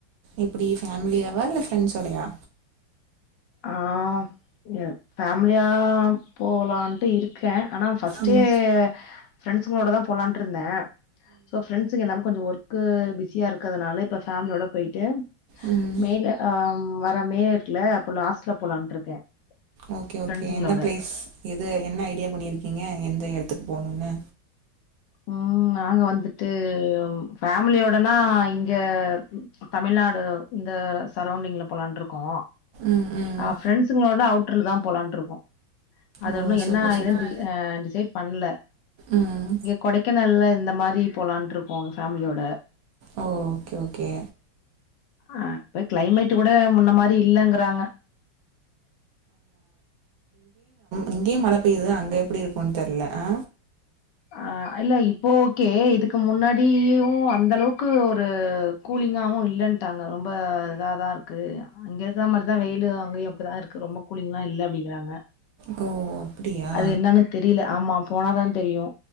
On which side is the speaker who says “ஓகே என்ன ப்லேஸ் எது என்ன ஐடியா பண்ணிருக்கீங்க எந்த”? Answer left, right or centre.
Right